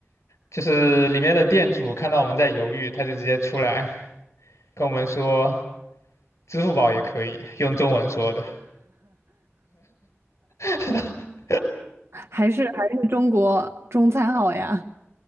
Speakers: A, on the left; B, on the right.
A: 就是里面的店主看到我们在犹豫，他就直接出来跟我们说支付宝也可以，用中文说的。<laughs>
B: 还是还是中国中餐好呀？